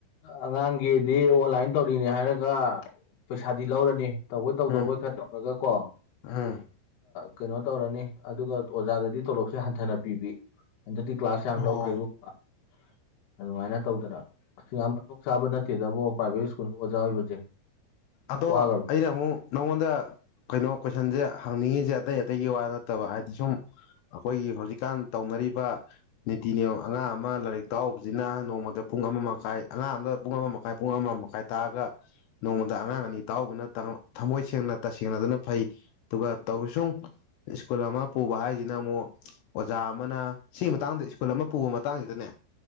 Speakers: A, on the left; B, on the left.
A: ꯑꯉꯥꯡꯒꯤꯗꯤ ꯑꯣꯟꯂꯥꯏꯟ ꯇꯧꯔꯤꯅꯦ ꯍꯥꯏꯔꯒ ꯄꯩꯁꯥꯗꯤ ꯂꯧꯔꯅꯤ ꯇꯧꯕꯣꯏ ꯇꯧꯗꯧꯕꯣꯏ
B: ꯎꯝ
A: ꯈꯔ ꯇꯧꯔꯒ ꯀꯣ
B: ꯎꯝ
A: ꯀꯩꯅꯣ ꯇꯧꯔꯅꯤ ꯑꯗꯨꯒ ꯑꯣꯖꯥꯗꯗꯤ ꯇꯣꯂꯣꯞꯁꯦ ꯍꯟꯊꯅ ꯄꯤꯕꯤ꯫ ꯍꯟꯗꯛꯇꯤ ꯀ꯭ꯂꯥꯁ ꯌꯥꯝ
B: ꯑꯣ
A: ꯂꯧꯈ꯭ꯔꯦꯒꯨꯝꯕ ꯑꯗꯨꯃꯥꯏꯅ ꯇꯧꯗꯅ ꯑꯁꯤ ꯌꯥꯝ ꯃꯊꯣꯡ ꯆꯥꯕ ꯅꯠꯇꯦꯗꯕꯣ ꯄ꯭ꯔꯥꯏꯚꯦꯠ ꯁ꯭ꯀꯨꯜꯗ ꯑꯣꯖꯥ ꯑꯣꯏꯕꯁꯦ꯫
B: ꯑꯗꯣ
A: ꯋꯥꯒ꯭ꯔꯕ
B: ꯑꯩꯅ ꯃꯨꯛ ꯅꯪꯉꯣꯟꯗ ꯀꯩꯅꯣ ꯀꯣꯏꯁꯟꯁꯦ ꯍꯪꯅꯤꯡꯉꯤꯁꯦ ꯑꯇꯩ ꯑꯇꯩꯒꯤ ꯋꯥ ꯅꯠꯇꯕ ꯍꯥꯏꯗꯤ ꯁꯨꯝ ꯑꯈꯣꯏꯒꯤ ꯍꯧꯖꯤꯛꯀꯥꯟ ꯇꯧꯅꯔꯤꯕ ꯅꯤꯇꯤ ꯅꯤꯌꯣꯝ ꯑꯉꯥꯡ ꯑꯃ ꯂꯥꯏꯔꯤꯛ ꯇꯥꯛꯎꯕꯁꯤꯅ ꯅꯣꯡꯃꯗ ꯄꯨꯡ ꯑꯃ ꯃꯈꯥꯏ ꯑꯉꯥꯡ ꯑꯝꯗ ꯄꯨꯡ ꯑꯃ ꯃꯈꯥꯏ ꯄꯨꯡ ꯑꯃ ꯃꯈꯥꯏ ꯇꯥꯛꯑꯒ ꯅꯣꯡꯃꯗ ꯑꯉꯥꯡ ꯑꯅꯤ ꯇꯥꯎꯕꯅ ꯊꯃꯣꯏ ꯁꯦꯡꯅ ꯇꯁꯦꯡꯅꯗꯨꯅ ꯐꯩ ꯑꯗꯨꯒ ꯇꯧꯁꯨꯡ ꯁ꯭ꯀꯨꯜ ꯑꯃ ꯄꯨꯕ ꯍꯥꯏꯁꯤꯅ ꯑꯃꯨꯛ ꯑꯣꯖꯥ ꯑꯃꯅ ꯁꯤꯒꯤ ꯃꯇꯥꯡꯗ ꯁ꯭ꯀꯨꯜ ꯑꯃ ꯄꯨꯕ ꯃꯇꯥꯡꯁꯤꯗꯅꯦ